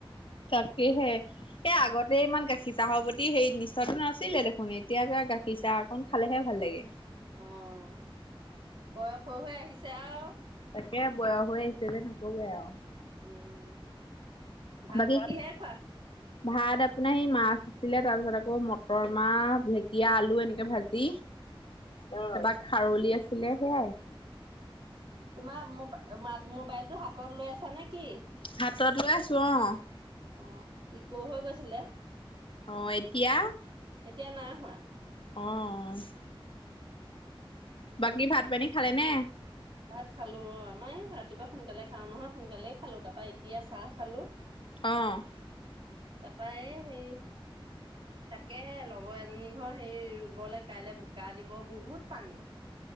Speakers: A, on the left (about 65°); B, on the right (about 65°).
A: তাকেহে। এই আগতে ইমান গাখীৰ চাহৰ প্ৰতি সেই নিচাটো নাছিলে দেখোন এতিয়া গাখীৰ চাহ কন খালেহে ভাল লাগে।
B: অ', বয়স হৈ, হৈ আহিছে আৰু।
A: তাকে, বয়স হৈ আহিছে যে, নক'বই আৰু।
B: উম, ভাতটো
A: বাকী
B: কিহেৰে খোৱা?
A: ভাত আপোনাৰ সেই মাছ ছিলে তাৰপিছত আকৌ মটৰ মাহ, ঢেকীয়া, আলু এনেকে ভাজি। অ', তাপা খাৰলি আছিলে সেয়াই।
B: তোমাৰ মোবাইল-মা মোবাইলটো হাতত লৈ আছানে কি?
A: হাতত লৈ আছোঁ অ'।
B: অ', ইক' হৈ গৈছিলে।
A: অ', এতিয়া?
B: এতিয়া নাই হোৱা।
A: অ'। বাকী ভাত, পানী খালেনে?
B: ভাত খালোঁ অ', আমাৰ এই ৰাতিপুৱা সোনকালে খাওঁ নহয়, সোনকালে খালোঁ তাপা এতিয়া চাহ খালোঁ।
A: অ'।
B: তাপা এই সেই, তাকেহে লগ লগৰ এজনী ঘৰ সেই ৰুবলৈ কাইলে বোকা দিব বহুত পানী।